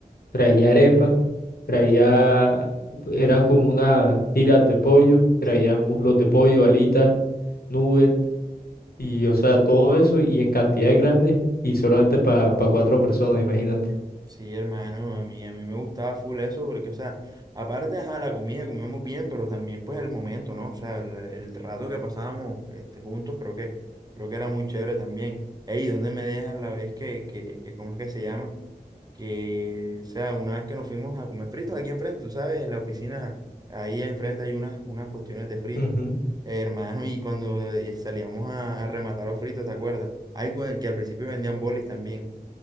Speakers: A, on the left; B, on the right.
A: traía arepa. Traía, eran como unas tiras de pollo, traía
B: Sí.
A: muslos de pollo, alitas, nuggets, y o sea, todo eso y en cantidades grandes y solamente para cuatro personas, imagínate.
B: Sí, hermano, a mí, a mí me gustaba full eso porque, o sea, aparte, ajá, la comida comíamos bien, pero también, pues, el momento, ¿no? O sea, el, el rato que pasábamos este, juntos creo que, creo que era muy chévere también. Ey, ¿dónde me dejas la vez que, que, que, ¿cómo es que se llama? que, o sea, una vez que nos fuimos a comer fritos aquí enfrente, tú sabes, en la oficina, ahí enfrente hay unas, unas cuestiones de fritos,
A: Ujú.
B: hermano, y cuando eh, salíamos a, a rematar los fritos, ¿te acuerdas? Hay que al principio vendían bolis también.